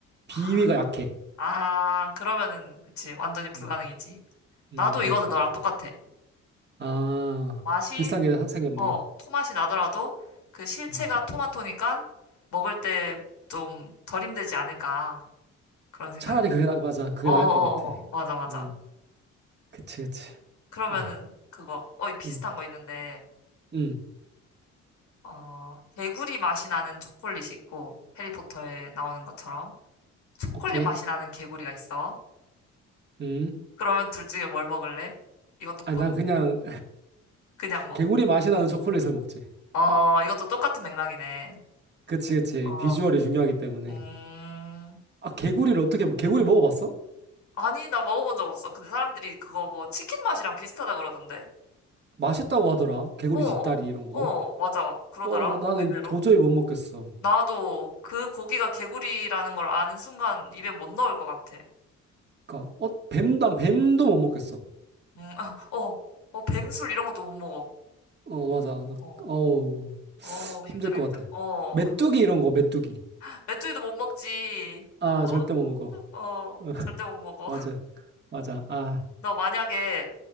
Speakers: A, on the right; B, on the left.
A: 비위가
B: 아,
A: 약해.
B: 아, 그러면은, 그치, 완전히 불가능이지.
A: 음, 음,
B: 나도
A: 그러니까.
B: 이거는 너랑 똑같아.
A: 아,
B: 맛이,
A: 비싼 게 사- 생겼네.
B: 어, 토맛이 나더라도, 그 실체가
A: 음.
B: 토마토니까, 먹을 때 좀 덜 힘들지 않을까. 그런 생각이
A: 차라리
B: 들
A: 그게 나, 맞아. 그게
B: 어어어어,
A: 나을 것 같아.
B: 맞아, 맞아.
A: 음, 그치, 그치.
B: 그러면은
A: 아,
B: 그거 어 비슷한
A: 음,
B: 거 있는데
A: 음,
B: 어 개구리 맛이 나는 초콜릿이 있고 해리포터에 나오는 것처럼 초콜릿
A: 오케이.
B: 맛이 나는 개구리가 있어.
A: 음.
B: 그러면 둘 중에 뭘 먹을래? 이것도
A: 아,
B: 보,
A: 난 그냥
B: 그냥 뭐.
A: 개구리 맛이 나는 초콜릿을 먹지.
B: 어 이것도 똑같은 맥락이네.
A: 그치, 그치.
B: 어
A: 비주얼이 중요하기 때문에.
B: 음.
A: 아, 개구리를 어떻게, 개구리 먹어봤어?
B: 아니 나 먹어본 적 없어. 근데 사람들이 그거 뭐 치킨 맛이랑 비슷하다 그러던데.
A: 맛있다고 하더라. 개구리
B: 어.
A: 뒷다리 이런 거.
B: 어 맞아 그러더라
A: 어, 나는
B: 의외로.
A: 도저히 못 먹겠어.
B: 나도 그 고기가 개구리라는 걸 아는 순간 입에 못 넣을 것 같아.
A: 그니까, 어, 뱀, 난 뱀도 못 먹겠어.
B: 음, 아, 어, 어, 뱀술 이런 것도 못 먹어.
A: 어, 맞아. 나,
B: 어,
A: 어우,
B: 어, 힘들어,
A: 힘들 것
B: 힘들어.
A: 같아.
B: 어,
A: 메뚜기 이런 거, 메뚜기.
B: <laughs> 메뚜기도 못 먹지.
A: 아,
B: 어,
A: 절대 못 먹어.
B: 어,
A: <laughs>
B: 절대 못 먹어.
A: 맞아.
B: <laughs>
A: 맞아. 아,
B: 너 만약에